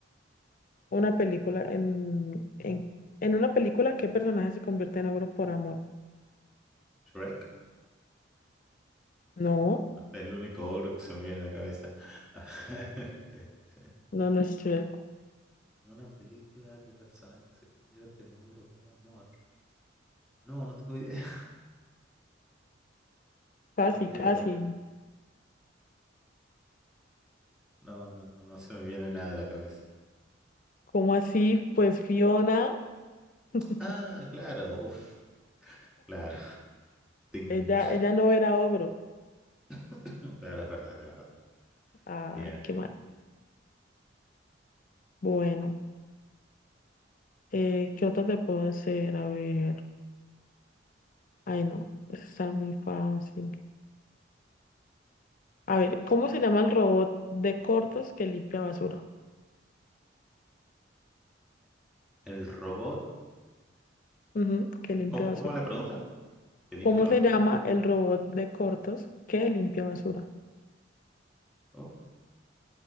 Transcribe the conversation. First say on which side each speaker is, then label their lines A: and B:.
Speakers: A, on the left (about 45°); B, in the centre.
A: Una película en, en, en una película, ¿qué personaje se convierte en ogro por amor?
B: Shrek.
A: No,
B: El único ogro que se me viene a la cabeza. <laughs> Este,
A: no, no es Shrek.
B: una película que personaje se convierte en ogro por amor. No, no tengo idea. <laughs>
A: Casi,
B: No, ni idea,
A: casi.
B: la verdad. No, no, no, no se me viene nada a la cabeza.
A: ¿Cómo así? Pues Fiona. <laughs>
B: Ah, claro. Uf, claro. Ting.
A: Ella, ella no era ogro.
B: <laughs> Claro, es verdad, es verdad.
A: Ah,
B: Bien,
A: qué
B: bien,
A: mal.
B: bien.
A: Bueno, eh, ¿qué otra te puedo hacer? A ver. Ay, no, eso está muy fácil. A ver, ¿cómo se llama el robot de cortos que limpia basura?
B: El robot.
A: Ujú, que limpia
B: ¿Cómo,
A: basura.
B: cómo la pregunta? ¿Que limpia
A: ¿Cómo
B: basura?
A: se llama el robot de cortos que limpia basura?
B: Uf,